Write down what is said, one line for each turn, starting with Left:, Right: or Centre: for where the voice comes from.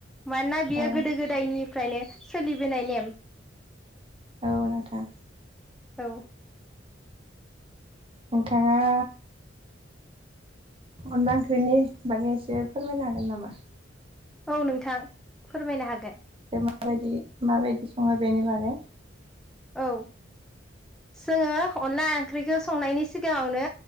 Centre: मानोना बियो
Right: औ
Centre: गोदो गोदायनि फ्रायनो सोलिबोनाय नेम
Right: औ नोंथां
Centre: औ
Right: नोंथाङा अनला ओंखिरनि बागै एसे फोरमायनो हागोन नामा
Centre: औ नोंथां फोरमायनो हागोन
Right: माबादि माबायदि सङो बेनि बारै
Centre: औ जोङो अनला ओंख्रिखौ संनायनि सिगाङावनो